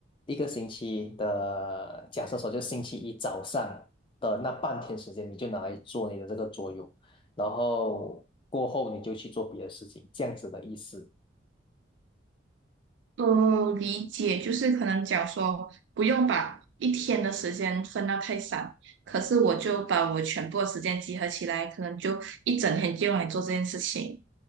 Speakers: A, on the left; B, on the right.
A: 一个星期的，假设说就星期一早上的那半天时间，你就拿来做你的这个桌游，然后过后你就去做别的事情，这样子的意思。
B: 哦，理解，就是可能讲说不用把一天的时间分到太散，可是我就把我全部的时间集合起来，可能就一整天就用来做这件事情